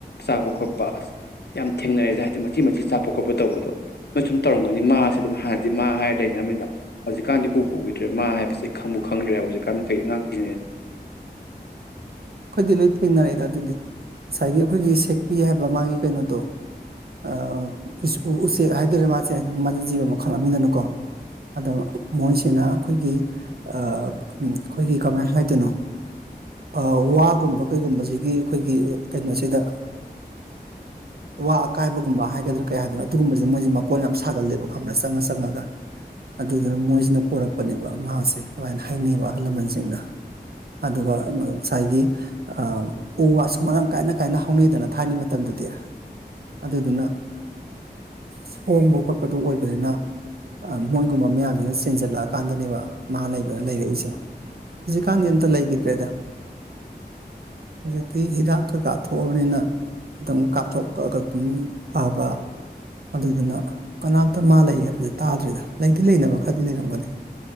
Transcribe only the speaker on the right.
ꯑꯩꯈꯣꯏꯗꯤ ꯂꯣꯏ ꯊꯦꯡꯅꯔꯛꯑꯦꯗ ꯑꯗꯨꯗꯤ ꯉꯁꯥꯏꯒꯤ ꯑꯩꯈꯣꯏꯒꯤ ꯁꯦꯛꯄꯤ ꯍꯥꯏꯕ ꯃꯥꯒꯤ ꯀꯩꯅꯣꯗꯣ ꯑ ꯎꯁ ꯎ ꯎꯆꯦꯛ ꯍꯥꯏꯗꯣꯏꯔ ꯃꯥꯁꯦ ꯃꯥꯁꯦ ꯖꯤꯕ ꯃꯈꯜ ꯑꯃꯗꯅꯤꯀꯣ ꯑꯗꯣ ꯃꯣꯏꯁꯤꯅ ꯈꯣꯏꯒꯤ ꯑꯥ ꯈꯣꯏꯒꯤ ꯀꯃꯥꯏ ꯍꯥꯏꯗꯣꯏꯅꯣ ꯑ ꯋꯥꯒꯨꯝꯕ ꯀꯩꯒꯨꯝꯕꯁꯤꯗꯤ ꯑꯩꯈꯣꯏꯒꯤ ꯀꯩꯅꯣꯁꯤꯗ ꯋꯥ ꯑꯀꯥꯏꯕꯒꯨꯝꯕ ꯍꯥꯏꯒꯗ꯭ꯔꯥ ꯀꯩ ꯍꯥꯏꯗꯣꯏꯅꯣ ꯑꯗꯨꯒꯨꯝꯕꯁꯦ ꯃꯣꯏꯁꯦ ꯃꯀꯣꯜ ꯌꯥꯝ ꯁꯥꯒꯜꯂꯦꯕ ꯈꯪꯕ꯭ꯔꯥ ꯆꯪꯉ ꯆꯪꯉꯒ ꯑꯗꯨꯗꯨꯅ ꯃꯣꯏꯁꯤꯅ ꯄꯣꯔꯛꯄꯅꯦꯕ ꯃꯥꯁꯦ ꯑꯗꯨꯃꯥꯏꯅ ꯍꯥꯏꯅꯩꯕ ꯑꯍꯜ ꯂꯃꯟꯁꯤꯡꯅ ꯑꯗꯨꯒ ꯑꯅ ꯁꯥꯏꯒꯤ ꯑ ꯎ ꯋꯥꯁꯨ ꯃꯔꯥꯡ ꯀꯥꯏꯅ ꯀꯥꯏꯅ ꯍꯧꯅꯩꯗꯅ ꯊꯥꯏꯅꯩ ꯃꯇꯝꯗꯗꯤ ꯑꯗꯨꯗꯨꯅ ꯁꯣꯡꯕ ꯈꯣꯠꯄꯗꯨ ꯑꯣꯏꯕꯅꯤꯅ ꯑ ꯃꯣꯏꯒꯨꯝꯕ ꯃꯌꯥꯝꯁꯤꯅ ꯁꯦꯟꯖꯜꯂꯛꯑꯀꯥꯟꯗꯅꯦꯕ ꯃꯥ ꯂꯩꯕꯅ ꯂꯩꯔꯛꯏꯁꯦ ꯍꯧꯖꯤꯛꯀꯥꯟꯗꯤ ꯑꯝꯇ ꯂꯩꯈꯤꯗ꯭ꯔꯦꯗ ꯍꯧꯖꯤꯛꯇꯤ ꯍꯤꯗꯥꯛ ꯀꯩ ꯀꯥ ꯊꯣꯛꯑꯕꯅꯤꯅ ꯑꯗꯨꯝ ꯀꯥꯞ ꯊꯣꯛꯑꯒꯗꯤ ꯐꯕ ꯑꯗꯨꯗꯨꯅ ꯀꯅꯥꯝꯇ ꯃꯥ ꯂꯩ ꯍꯥꯏꯕꯁꯦ ꯇꯥꯗ꯭ꯔꯦꯗ ꯂꯩꯗꯤ ꯂꯩꯅꯕ ꯈꯔꯗꯤ ꯂꯩꯔꯝꯒꯅꯤ